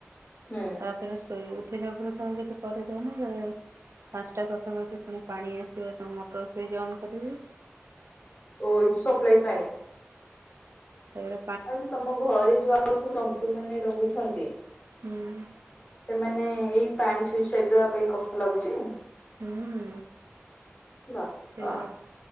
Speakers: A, on the left; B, on the right.
A: ହୁଁ
B: ତାପରେ ଶୋଇ ଉଠିଲେ ଉପରକୁ କିଛି କରେଇଦୋଉନି ଯାଉ ପାଞ୍ଚଟା ପାଖାପାଖି ପୁଣି ପାଣି ଆସିବ ତମ ମଟର ସୁଇଚ ଅନ କରିବି।
A: ଓ ଏଇଠି ସପ୍ଲାାଇ ପାଣି।
B: ହଁର।
A: ଆଉ ତମ ଘରେ ଯଉ ଆଉ ସବୁ ଜନ୍ତୁ ମାନେ ରହୁଛନ୍ତି।
B: ହୁଁ।
A: ସେମାନେ ଏଇ ପାଣି ସୁଇଚ ଟାଇପି ର ପାଇଁ କଷ୍ଟ ଲାଗୁଚି।
B: ହୁଁ।
A: ବାପା।
B: ସେ